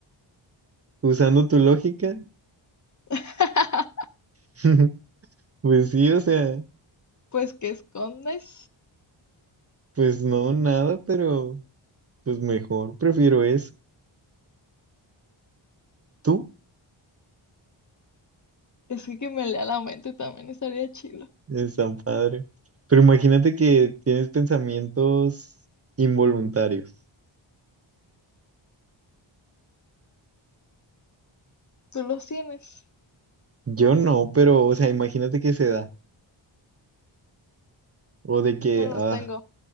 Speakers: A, on the right (about 30°); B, on the left (about 35°).
A: Usando tu lógica.
B: <laughs>
A: <laughs> Pues sí, o sea,
B: Pues que escondes.
A: pues no, nada, pero pues mejor. Prefiero eso. ¿Tú?
B: Es que que me lea la mente también estaría chido.
A: Es tan padre. Pero imagínate que tienes pensamientos involuntarios.
B: ¿Tú los tienes?
A: Yo no, pero, o sea, imagínate que se da. O de que,
B: No los
A: ah,
B: tengo.